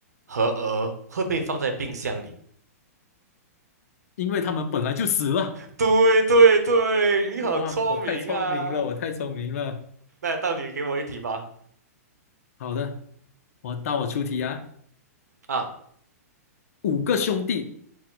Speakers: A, on the right (about 85°); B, on the left (about 65°).
A: 和鹅会被放在冰箱里？
B: 因为他们本来就死了。
A: 对对对，你很聪明啊。
B: 哇，我太聪明了，我太聪明了。
A: 那到你给我一题吧。
B: 好的，我到我出题啊。
A: 啊，
B: 五个兄弟